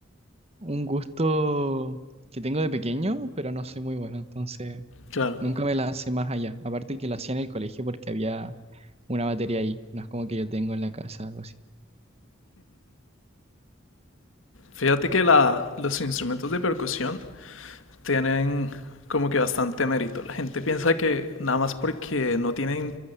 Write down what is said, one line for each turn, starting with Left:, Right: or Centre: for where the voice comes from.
Right: un gusto que tengo de pequeño, pero no soy muy bueno, entonces
Left: Claro.
Right: nunca me lancé más allá. Aparte que lo hacía en el colegio porque había una batería ahí, no es como que yo tengo en la casa algo así.
Left: Fíjate que la, los instrumentos de percusión tienen como que bastante mérito. La gente piensa que nada más porque no tienen